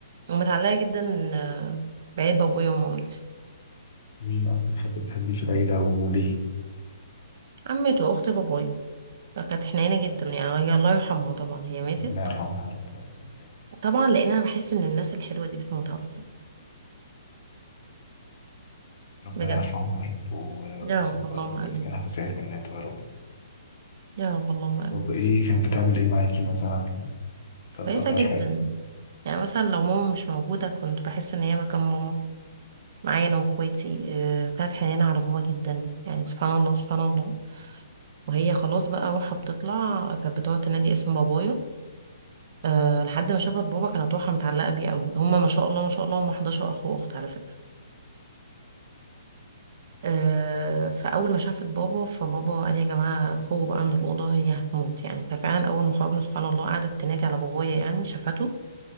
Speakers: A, on the right; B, on the left.
A: ومتعلقة جدا آه بعيد بابويا ومامتي
B: مين أكتر حد بتحبيه في العيلة وليه؟
A: عمته واخت بابويا كانت حنينة جدا يعني هي الله يرحمها طبعا هي ماتت
B: ربنا يرحمها يا رب ويحسن إليها
A: طبعا لان انا بحس ان الناس الحلوة دي بتموت على طول
B: ربنا
A: بجد
B: يرحمها يا رب و-
A: يا
B: ويصبرك
A: رب اللهم امين
B: ويسكنها في سيرك النات يا رب
A: يا رب اللهم امين
B: طب ايه كانت بتعمل ايه معاكي مثلا سابقة
A: كويسة جدا
B: حلو
A: يعني مثلا لو ماما مش موجودة كنت بحس ان هي مكان ماما معايا انا واخواتي آه، كانت حنينة على بابا جدا يعني سبحان الله سبحان الله وهي خلاص بقى روحها بتطلع كانت بتقعد تنادي اسم بابايا أه لحد ما شافت بابا كانت روحها متعلقة بيه قوي هما ما شاء الله ما شاء الله هما 11 اخ واخت على فكرة أه فاول ما شافت بابا فبابا قال يا جماعة خرجوا بقى من الأوضة هي هتموت يعني ففعلا اول ما خرجنا سبحان الله قعدت تنادي على بابايا يعني شافته